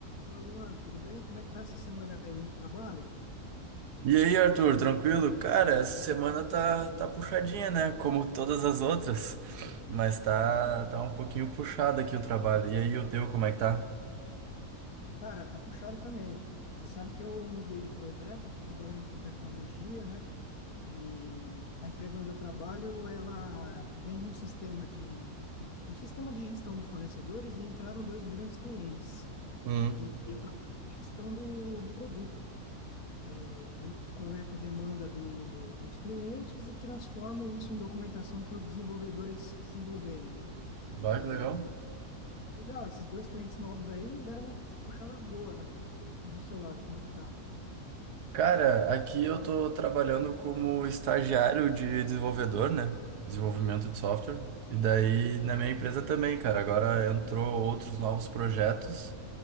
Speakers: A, on the left (about 65°); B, on the right (about 85°).
A: Olá, Luan, tudo bem? Como é que tá essa semana aí? Muito trabalho?
B: E aí, Arthur, tranquilo? Cara, essa semana tá, tá puxadinha, né? Como todas as outras. Mas tá, tá um pouquinho puxado aqui o trabalho. E aí, o teu, como é que tá?
A: Cara, tá puxado também. Você sabe que eu mudei de projeto, estou trabalhando com tecnologia, né? E a empresa onde eu trabalho, ela vende um sistema de um sistema de gestão de fornecedores e entraram dois grandes clientes.
B: Hum.
A: E eu trabalho com gestão do, do produto. É, Eu coleto a demanda do, dos clientes e transformo isso em documentação para os desenvolvedores desenvolverem, né?
B: Bah,
A: E
B: que legal.
A: Legal, esses dois clientes novos aí deram uma puxada boa. né? E do seu lado, como é que tá?
B: Cara, aqui eu tô trabalhando como estagiário de desenvolvedor, né? Desenvolvimento de software. E daí, na minha empresa também, cara. Agora entrou outros novos projetos.